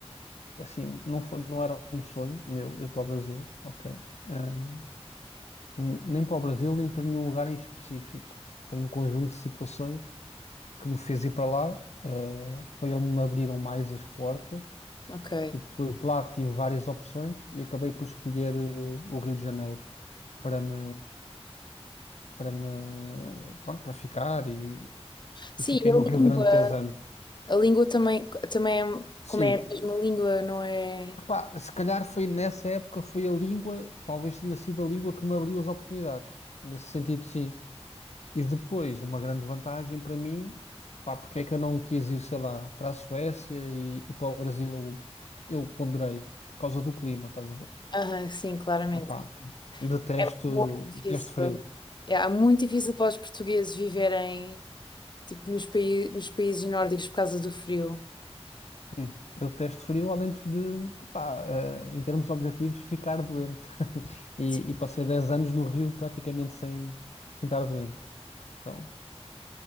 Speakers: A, on the left (about 85°); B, on the left (about 45°).
A: assim, não foi, não era um sonho meu ir para o Brasil, ok? Ehm, n- nem para o Brasil, nem para nenhum lugar em específico. Foi um conjunto de situações que me fez ir para lá, eh, foi onde me abriram mais as portas
B: Ok.
A: e depois lá tive várias opções e acabei por escolher eh, o Rio de Janeiro para me, para me, pronto, para ficar e,
B: Sim,
A: e fiquei
B: e a
A: no Rio
B: língua,
A: Grande de anos.
B: a língua também, também é,
A: Sim,
B: como é a mesma língua, não é?
A: Epá, se calhar foi nessa época, foi a língua, talvez tenha sido a língua que me abriu as oportunidades. Nesse sentido, sim. E depois, uma grande vantagem para mim, pá, porque é que eu não quis ir, sei lá, para a Suécia e, e para o Brasil, eu, eu ponderei, por causa do clima, estás a ver?
B: Aham, sim, claramente.
A: Epá, detesto,
B: É muito difícil.
A: detesto frio.
B: É, é muito difícil para os portugueses viverem tipo, nos, pai- nos países nórdicos por causa do frio.
A: Sim, eu detesto frio, além de, de, pá, eh, em termos objetivos, ficar doente. E,
B: Sim,
A: e passei 10 anos no Rio praticamente sem, sem estar doente. Então,